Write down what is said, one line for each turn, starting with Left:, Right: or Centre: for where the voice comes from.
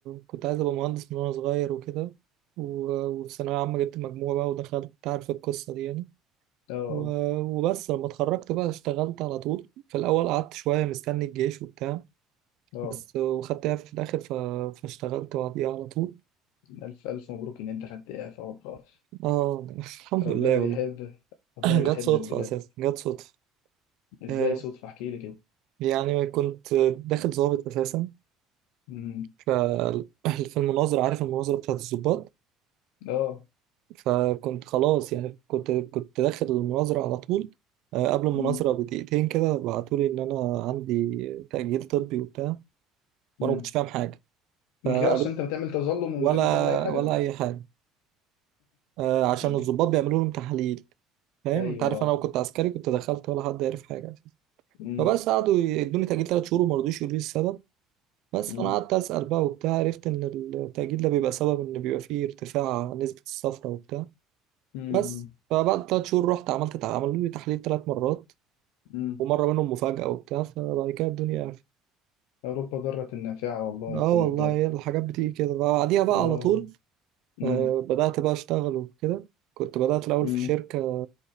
Right: كنت عايز ابقى مهندس من وانا صغير وكده و- وفي ثانويه عامه جبت مجموعه بقى ودخلت أنت عارف القصه دي يعني
Left: اه
Right: و- وبس لما اتخرجت بقى اشتغلت على طول في الاول قعدت شويه مستني الجيش وبتاع
Left: اه
Right: بس وخدتها في الاخر ف... فاشتغلت بعديها على طول
Left: ألف ألف مبروك إن أنت خدت إعفاء والله
Right: اه <laughs> الحمد
Left: ربنا
Right: لله
Left: بيحب
Right: والله
Left: ربنا
Right: <clears throat>
Left: بيحبك
Right: جت صدفه
Left: بجد
Right: اساسا جت صدفه
Left: إزاي
Right: آه،
Left: صدفة احكي لي كده
Right: يعني كنت داخل ضابط اساسا
Left: امم
Right: ف- <laughs> في المناظره عارف المناظره بتاعت الضباط
Left: اه
Right: فكنت خلاص يعني كنت كنت داخل المناظرة على طول آه، قبل المناظرة
Left: امم
Right: بدقيقتين كده بعتولي إن أنا عندي تأجيل طبي وبتاع
Left: امم
Right: وأنا ما كنتش فاهم حاجة
Left: من
Right: فقالوا
Left: غير أصلا أنت ما تعمل تظلم ومن
Right: ولا
Left: غير ما تعمل أي حاجة
Right: ولا أي حاجة آه، عشان
Left: <laughs>
Right: الضباط بيعملوا لهم تحاليل فاهم
Left: أيوه
Right: أنت عارف أنا لو كنت عسكري كنت دخلت ولا حد عارف حاجة أساسا
Left: امم
Right: فبس قعدوا يدوني تأجيل تلات شهور وما رضوش يقولوا لي السبب بس
Left: امم
Right: فأنا قعدت أسأل بقى وبتاع عرفت إن التأجيل ده بيبقى سبب إن بيبقى فيه ارتفاع نسبة الصفرة وبتاع
Left: امم
Right: بس فبعد تلات شهور رحت عملت عملوا لي تحليل تلات مرات
Left: امم
Right: ومره منهم مفاجاه وبتاع فبعد كده الدنيا عرفت
Left: أوروبا ضارة نافعة والله
Right: اه
Left: يا أخويا
Right: والله
Left: بجد
Right: هي الحاجات بتيجي كده بعديها بقى
Left: اه
Right: على طول
Left: امم
Right: آه بدات بقى اشتغل وكده كنت بدات الاول
Left: امم
Right: في شركه